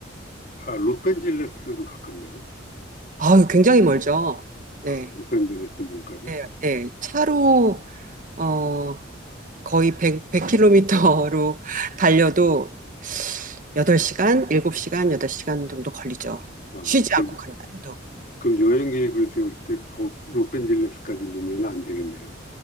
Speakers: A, on the left; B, on the right.
A: 아, 로스앤젤레스도 가깝네요.
B: 아유, 굉장히 멀죠. 네,
A: 아, 로스앤젤레스 뭔가요?
B: 네, 네. 차로 어. 거의 100, 100km로 달려도 8시간, 7시간, 8시간 정도 걸리죠.
A: 아,
B: 쉬지
A: 그럼,
B: 않고 간다 해도.
A: 그럼 여행 계획을 세울 때 거, 로스앤젤레스까지 넣으면 안 되겠네요.